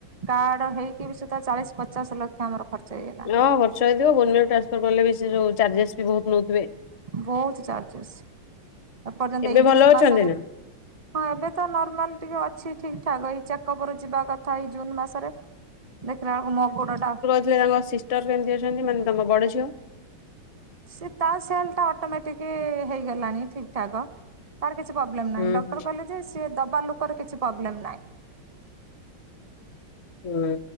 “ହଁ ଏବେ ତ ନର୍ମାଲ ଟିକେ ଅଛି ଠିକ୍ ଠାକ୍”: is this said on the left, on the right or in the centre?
Right